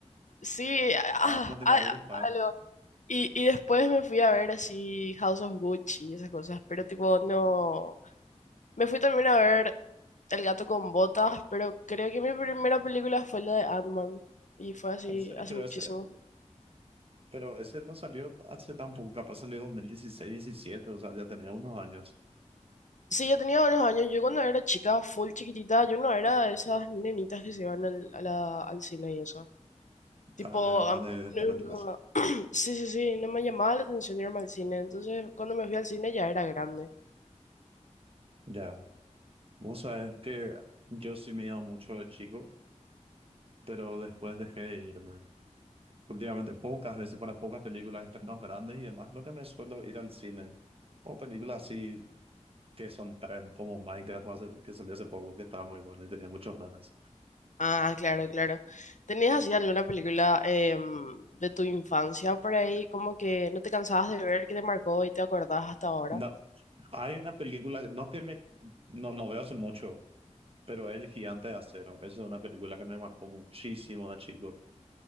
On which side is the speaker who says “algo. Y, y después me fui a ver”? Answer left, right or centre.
Left